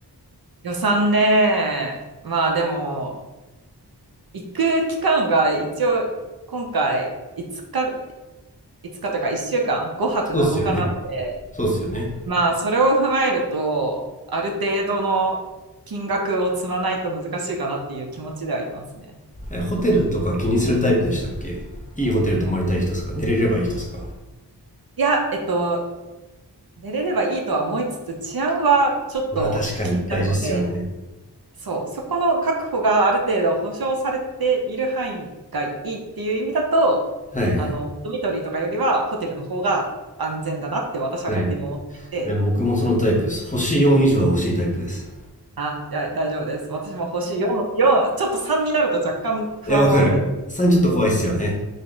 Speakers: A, on the right (about 60°); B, on the left (about 20°).
A: 予算ね。まあでも、行く期間が一応今回5日、5日というか1週間、5泊7日なので、
B: そうっすよね。そうっすよね。
A: まあそれを踏まえると、ある程度の金額を積まないと難しいかなっていう気持ちではいますね。
B: えホテルとか気にするタイプでしたっけいいホテル泊まりたい人ですか寝れればいい人ですか
A: いや、えっと、寝れればいいとは思いつつ、治安はちょっと気になるので、
B: まあ確かに大事っすよね。
A: そう、そこの確保がある程度保障されている範囲がいいっていう意味だと、
B: はいはい。
A: あの、ドミトリーとかよりはホテルの方が安全だなって私は勝手に思っていて、
B: はい。え僕もそのタイプです。星4以上は欲しいタイプです。
A: あ、いや大丈夫です。私も星4、4、ちょっと3になると若干不安を覚えて、
B: いや、わかる。3ちょっと怖いっすよね。